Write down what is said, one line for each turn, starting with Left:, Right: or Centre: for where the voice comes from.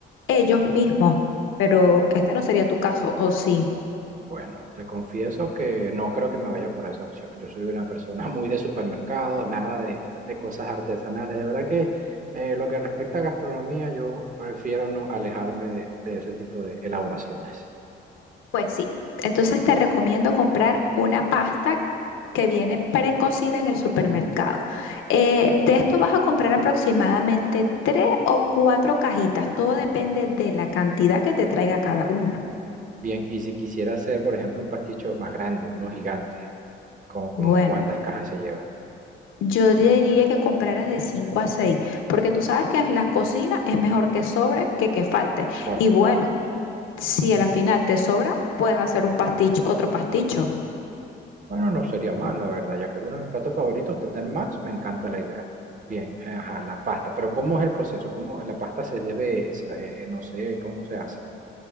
Left: ellos mismos, pero este no sería tu caso, ¿o sí?
Right: Bueno, te confieso que no creo que me vaya por esa opción. Yo soy una persona <laughs> muy de supermercado, nada de, de cosas artesanales. De verdad que eh, lo que respecta a gastronomía, yo prefiero no alejarme de de ese tipo de elaboraciones.
Left: Pues sí, entonces te recomiendo comprar una pasta que viene precocida en el supermercado. Eh, de esto vas a comprar aproximadamente tres o cuatro cajitas, todo depende de la cantidad que te traiga cada una.
Right: Bien, y si quisiera hacer, por ejemplo, un pasticho más grande, uno gigante, como, como
Left: Bueno,
Right: cuántas cajas se lleva,
Left: yo diría que compraras de cinco a seis, porque tú sabes que en la cocina es mejor que sobre que que falte.
Right: por
Left: Y
Right: supuesto.
Left: bueno, si a la final te sobra, puedes hacer un pasticho, otro pasticho.
Right: Bueno, no sería mal, la verdad, ya que es uno de mis platos favoritos, tener más, me encanta la idea. Bien, ajá, la pasta, pero ¿cómo es el proceso? ¿Cómo la pasta se debe, se- eh, no sé, cómo se hace?